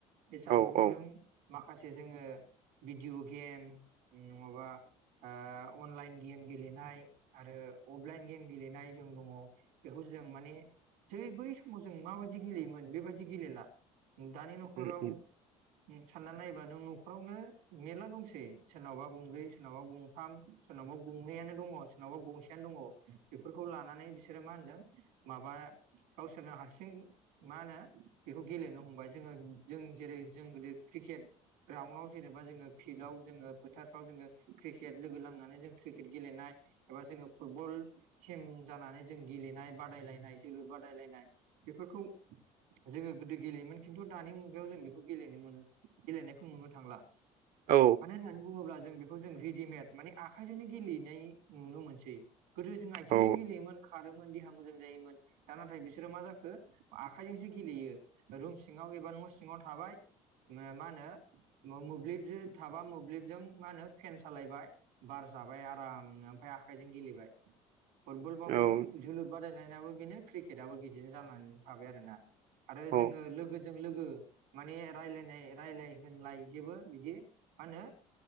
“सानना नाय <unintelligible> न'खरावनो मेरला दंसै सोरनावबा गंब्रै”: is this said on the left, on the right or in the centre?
Right